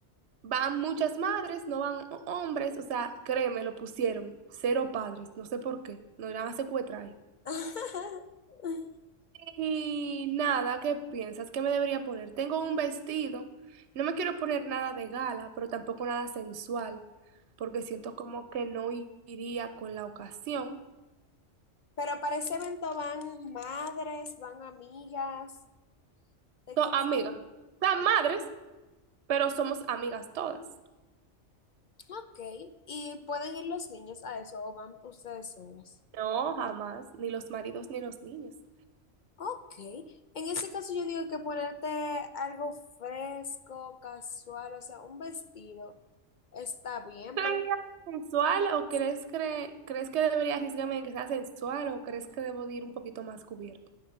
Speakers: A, on the right; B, on the left.
A: van muchas madres, no van hombres. O sea, créeme, lo pusieron. Cero padres. No sé por qué. No irán a secuestrar ahí.
B: <laughs>
A: Y nada, ¿qué piensas? que me debería poner? Tengo un vestido. No me quiero poner nada de gala, pero tampoco nada sensual, porque siento como que no i- iría con la ocasión.
B: Pero para ese evento van madres, van amigas, ¿de
A: So,
B: qué
A: amigas,
B: se van?
A: son
B: Oh,
A: madres, pero somos amigas todas.
B: Ok, y pueden ir los niños a eso o van ustedes solas.
A: No, jamás, ni los maridos ni los niños.
B: Ok, en ese caso yo digo que ponerte algo fresco, casual, o sea, un vestido está bien,
A: ¿Crees
B: pero
A: debería ser sensual o crees, cre- crees que debería arriesgarme en que sea sensual o crees que debo de ir un poquito más cubierta?